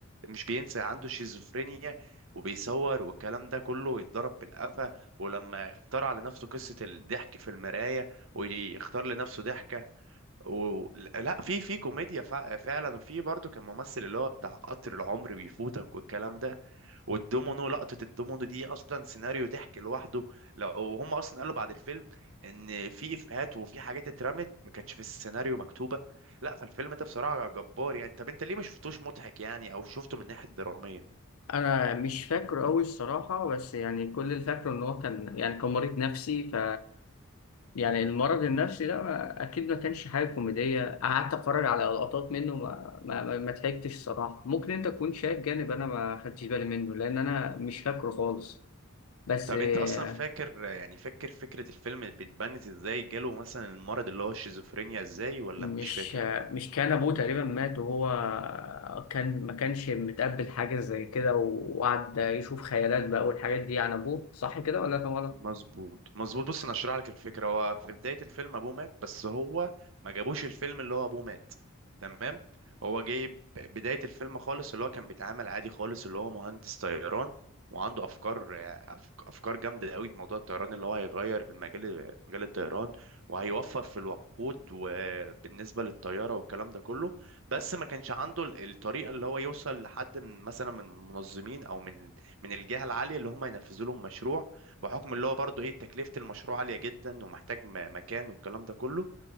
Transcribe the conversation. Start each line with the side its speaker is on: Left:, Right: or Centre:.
Right: مش بينسى عنده شيزوفرينيا وبيصور والكلام ده كله يتضرب بالقفا ولما اخترع لنفسه قصة الضحك في المراية ويختار لنفسه ضحكة و... لا في في كوميديا فع- فعلا وفي برضه كان ممثل اللي هو بتاع قطر العمر بيفوتك والكلام ده والدومينو لقطة الدومينو دي أصلا سيناريو ضحك لوحده لو هم أصلا قالوا بعد الفيلم إن في إفيهات وفي حاجات اترمت ما كانتش في السيناريو مكتوبة لا فالفيلم ده بصراحة جبار يعني طب أنت ليه ما شفتوش مضحك يعني أو شفته من ناحية درامية
Left: انا مش فاكره قوي الصراحه بس يعني كل اللي فاكره ان هو كان يعني كان مريض نفسي ف يعني المرض النفسي ده ما- اكيد ما كانش حاجه كوميديه قعدت اتفرج على لقطات منه ما ما, ما ما ضحكتش الصراحه ممكن انت تكون شايف جانب انا ما خدتش بالي منه لان انا مش فاكره خالص بس
Right: طب
Left: آه،
Right: أنت أصلا فاكر يعني فاكر فكرة الفيلم بتبنت إزاي جاله مثلا المرض اللي هو الشيزوفرينيا إزاي ولا
Left: مش
Right: مش فاكر
Left: آه، مش كان ابوه تقريبا مات وهو آه، كان ما كانش متقبل حاجه زي كده وقعد يشوف خيالات بقى والحاجات دي عن ابوه صح كده ولا كان
Right: مظبوط مظبوط بص انا اشرح لك الفكره هو في بدايه الفيلم ابوه مات بس هو ما جابوش الفيلم اللي هو ابوه مات تمام هو جايب بدايه الفيلم خالص اللي هو كان بيتعامل عادي خالص اللي هو مهندس طيران وعنده افكار أفك- افكار جامده قوي في موضوع الطيران اللي هو هيغير المجال مجال الطيران وهيوفر في الوقود وبالنسبه للطياره والكلام ده كله بس ما كانش عنده ال- الطريقه اللي هو يوصل لحد من مثلا من المنظمين او من من الجهه العاليه اللي هم ينفذوا لهم مشروع بحكم اللي هو برضه ايه تكلفة المشروع عالية جدا ومحتاج م- مكان والكلام ده كله